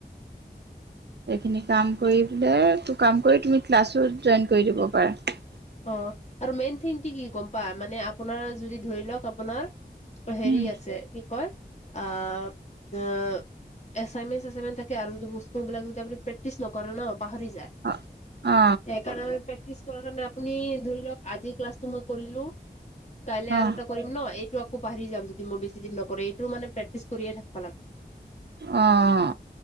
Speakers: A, on the right; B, on the left.
A: এইখিনি কাম কৰি পেলে ত কাম কৰি তুমি ক্লাছো জইন কৰি দিব পাৰা
B: অ আৰু মেইন থিংটো কি কি গম পা মানে আপোনাৰ যদি ধৰি লওক আপোনাৰ হেৰি
A: উম
B: আছে কি কয় আ অ এচাইমেট চচাইমেট থাকে আৰু যদি বস্তু বিলাক যদি আপুনি প্ৰেক্টিচ নকৰে ন পাহৰি যায়
A: অ অ
B: সেই কাৰনে পেক্টিচ- <unintelligible> আপুনি ধৰি লওক আজিৰ ক্লাছটো মই কৰিলো কাইলে
A: অ
B: আৰু এটা কৰিম নে এইটো আক- আকৌ পাহি যাম যদি মই বেছি দিন নকৰে এইটো মানে প্ৰেক্টিচ কৰিয়ে থাকব লাগব।
A: অহ